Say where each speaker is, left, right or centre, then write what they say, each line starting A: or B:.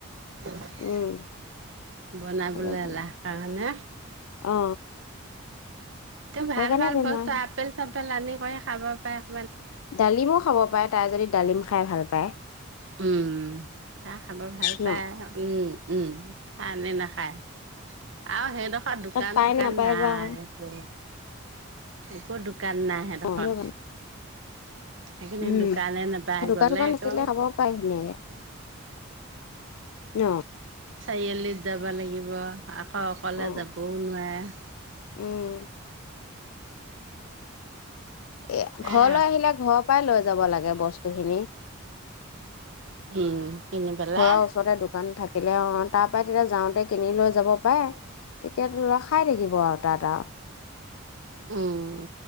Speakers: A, on the right; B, on the left.
A: <unintelligible>
B: উম
A: বনাবলৈ
B: সেইটো কাৰণে
A: এলাহ কাৰণে
B: অ
A: তুমি
B: সেইকাৰণে
A: ভাল, ভাল
B: বেমাৰ
A: বস্ত আপেল চাপেল পেলানী কৰি খাব পায়ে।
B: ডালিমো খাব পাৰে তাই যদি ডালিম খাই ভাল পায়।
A: উম। হেয়া খাব ভাল
B: ন
A: পায়। উম উম, খায় নে নাখায়? পাই। আৰু হে দখত দোকান-চোকান
B: তাত পাই নে নাপায়
A: নাই
B: বা আকৌ
A: একো। একো দো কান নাই সেই
B: অ
A: দোখৰত।
B: সেইটো কাৰণে
A: সেইখিনি
B: উম
A: দোকানে নাপায়
B: দোকান
A: গ'লে
B: চোকান
A: আকৌ।
B: থাকিলে খাব পাই ধুনীয়াকে। ন?
A: চাৰিআলিত যাবা লাগিব আকৌ অকলে
B: অ
A: যাবও নোৱাৰে। <inaudible>
B: উম। এ,
A: সেয়া
B: ঘৰলৈ আহিলে ঘৰৰ পৰাই লৈ যাব লাগে বস্তু খিনি।
A: উম। কিনি পেলাই
B: ঘৰৰ ওচৰতে দোকান থাক। থিলে, অ তাৰ পৰা তেতিয়া যাওঁতে কিনি লৈ যাব পাৰে তে এতিয়াতোৰ খাই থাকিব, আৰু তাত আৰু।
A: উম।